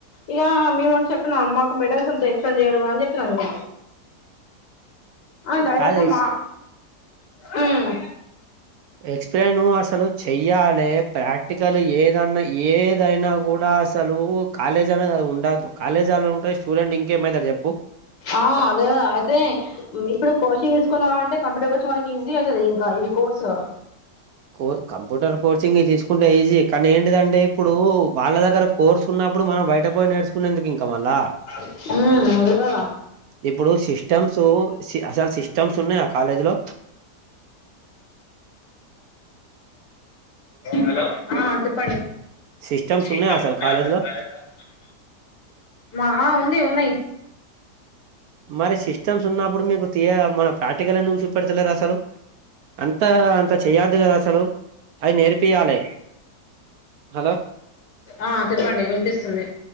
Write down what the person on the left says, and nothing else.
ఇక మేముం చెప్పినం మాకు మెడల్స్ ఎంత ఎక్స్ప్లెయిన్ చేయరు అని చెప్పినాంము
ఆ డైరక్
మా మ్మ్
ఆ అదే అయితే ఇప్పుడు కోచింగ్ తీసుకున్నా అంటే కంప్యూటర్ కోచిన్నవాళ్లకి ఈజీ అవుతుంది ఇంకా ఇవి కోర్సు
ఆ అదేకదా
హలో ఆ చెప్పండి
సిస్టమ్
ఉన్నాయ్
<unintelligible>
మా ఆ ఉంది ఉన్నాయి
ఆ చెప్పండి వినిపిస్తుంది